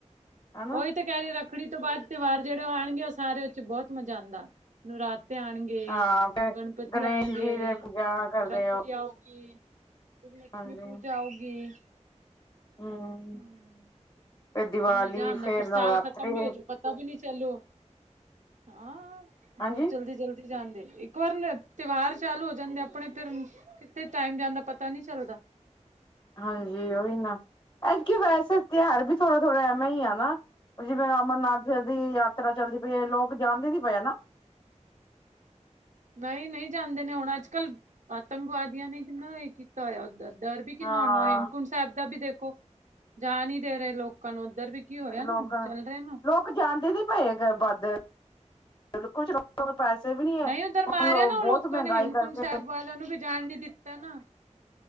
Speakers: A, on the left; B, on the right.
A: ਹਨਾ
B: ਉਹੀ ਤੇ ਕਹਿਰੀ ਰੱਖ <unintelligible> ਰੱਖੜੀ ਤੋਂ ਬਾਅਦ ਤਿਉਹਾਰ ਜਿਹੜੇ ਉਹ ਆਉਣਗੇ ਉਹ ਸਾਰੇ ਉਸ ਚ ਬਹੁਤ ਮਜ਼ਾ ਆਉਂਦਾ ਨਵਰਾਤੇ ਆਉਣਗੇ
A: ਹਾਂ ਫਿਰ
B: ਗਣਪਤੀ
A: ਗਣੇਸ਼
B: ਆਉਣਗੇ
A: ਜੀ ਦੇ ਪੂਜਾ ਕਰਦੇ
B: ਰੱਖੜੀ
A: ਹੋ
B: ਆਊਗੀ ਲਕਸ਼ਮੀ
A: ਹਾਂਜੀ
B: ਪੂਜਾ ਹੋਊਗੀ
A: ਹਮ
B: ਹਮ
A: ਦੀਵਾਲੀ
B: ਫਿਰ ਮਜ਼ਾ ਆਉਂਦਾ
A: ਫੇਰ
B: ਫਿਰ ਸਾਲ
A: ਨਵਰਾਤਰੀ
B: ਖਤਮ ਵੀ ਹੋਜੁ ਪਤਾ ਵੀ ਨੀ ਚਲੋ ਹਾਂ ਬਹੁਤ
A: ਹਾਂਜੀ
B: ਜਲਦੀ ਜਲਦੀ ਜਾਂਦੇ ਇੱਕ ਵਾਰ ਤਿਉਹਾਰ ਚਾਲੂ ਹੋ ਜਾਂਦੇ ਆਪਣੇ ਫਿਰ ਕਿਤੇ ਟਾਈਮ ਜਾਂਦਾ ਪਤਾ ਨਹੀਂ ਚੱਲਦਾ
A: ਹਾਂਜੀ ਉਹੀ ਨਾ ਐੱਦਕਿ ਵੈਸੇ ਤਿਉਹਾਰ ਵੀ ਥੋੜ੍ਹਾ ਥੋੜ੍ਹਾ ਐਵੇਂ ਹੀ ਆ ਨਾ ਜਿਵੇਂ ਅਮਰਨਾਥ ਦੀ ਯਾਤਰਾ ਚੱਲਦੀ ਪਈ ਹੈ ਲੋਕ ਜਾਣਦੇ ਨਹੀ ਪਏ ਨਾ
B: ਨਹੀਂ- ਨਹੀਂ, ਜਾਣਦੇ ਨੇ ਹੁਣ ਅੱਜ ਕੱਲ, ਆਤੰਕਵਾਦੀਆਂ ਨੇ ਕਿੰਨਾ, ਇਹ ਕੀਤਾ ਹੋਇਆ। ਡਰ ਵੀ, ਕਿੰਨਾ
A: ਹਾਂ
B: ਹੋਣਾ। ਹੇਮਕੁੰਟ ਸਾਹਿਬ ਦਾ ਵੀ, ਦੇਖੋ ਜਾ ਨੀ ਦੇ ਰਹੇ। ਲੋ- ਕਲ ਉੱਧਰ ਵੀ, ਕੀ ਹੋਇਆ ਨਾ,
A: ਲੋਕ
B: ਚੱਲ ਰਿਹਾ ਨਾ।
A: ਲੋਕ ਜਾਂਦੇ ਨ ਪਏ, ਵੱਧ ਚਲ। ਕੁਛ- ਕੋਲ ਪੈਸੇ ਵੀ, ਨੀ ਹੈ।
B: ਨਹੀਂ
A: ਹੁਣ
B: ਉੱਧਰ ਮਾਰਿਆ
A: ਲੋਕ
B: ਨਾ ਉਹ
A: ਬਹੁਤ
B: ਲੋਕਾਂ
A: ਮਹਿੰਗਾਈ,
B: ਨੇ ਹੇਮਕੁੰਟ
A: ਕਰਦੇ।
B: ਸਾਹਿਬ ਵਾਲਿਆਂ ਨੂੰ ਵੀ ਜਾਣ ਨੀ ਦਿੱਤਾ ਨਾ <unintelligible>